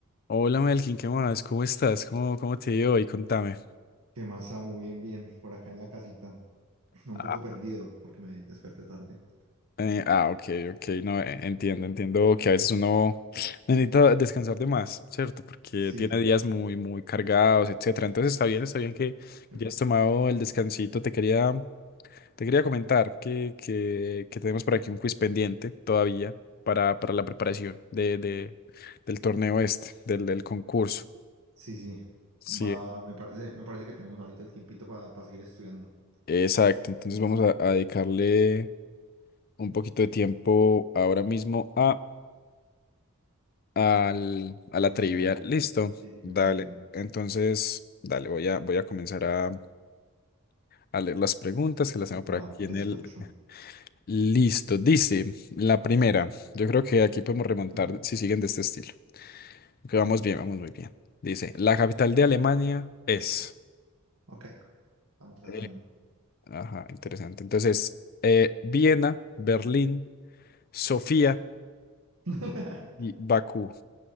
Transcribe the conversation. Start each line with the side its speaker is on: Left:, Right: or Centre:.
Left: Hola Melkin, ¿qué más? ¿Cómo estás? ¿Cómo, cómo te ha ido hoy? Contame.
Right: ¿Qué más, Samu? Bien, bien, por acá en la casita. <clears throat> Un
Left: Ah,
Right: poco perdido porque me desperté tarde.
Left: eh, ah, ok, ok, no, eh, entiendo, entiendo que a veces uno necesita descansar de más, ¿cierto? Porque
Right: Sí,
Left: tiene días muy, muy cargados, etcétera. Entonces está bien, está bien que
Right: epa,
Left: ya has tomado el descansito. Te quería, te quería comentar que, que, que tenemos por aquí un quiz pendiente todavía para, para la preparación de, de- del torneo este, del, del concurso.
Right: sí, sí.
Left: Sí,
Right: Va, me parece, me parece que tenemos ahorita el tiempito para seguir estudiando
Left: exacto. Entonces vamos a a dedicarle. un poquito de tiempo ahora mismo a, al- a la
Right: a las
Left: trivia.
Right: preguntitas.
Left: Listo,
Right: Sí, sí,
Left: dale.
Right: me parece, me parece.
Left: Entonces, dale, voy a, voy a comenzar a, a leer las preguntas que las tengo por
Right: Va,
Left: aquí
Right: te
Left: en el...
Right: escucho.
Left: Listo, dice la primera. Yo creo que aquí podemos remontar
Right: Ujú,
Left: si siguen de este estilo. Que vamos bien, vamos muy bien. Dice, la capital de Alemania es...
Right: Ok, vamos a...
Left: Eh, ajá, interesante. Entonces, eh, Viena, Berlín, Sofía
Right: <laughs>
Left: y Bakú.